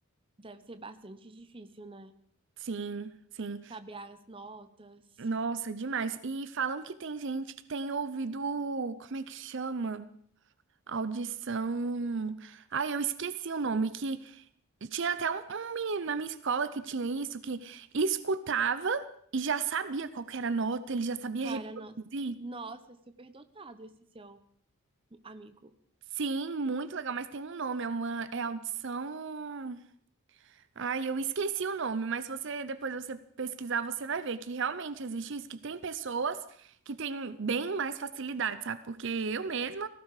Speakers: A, on the right; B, on the right.
A: deve ser bastante difícil, né?
B: Sim, sim.
A: Saber as notas.
B: Nossa, demais. E falam que tem gente que tem ouvido, como é que chama? Audição. Ai, eu esqueci o nome, que tinha até um, um menino na minha escola que tinha isso, que escutava e já sabia qual que era a nota, ele já sabia
A: Qual
B: reproduzir.
A: era a nota? Nossa, super dotado esse seu amigo.
B: Sim, muito legal, mas tem um nome, é uma é audição. Ai, eu esqueci o nome, mas você depois você pesquisar, você vai ver que realmente existe isso, que tem pessoas que têm bem mais facilidade, sabe? Porque eu mesma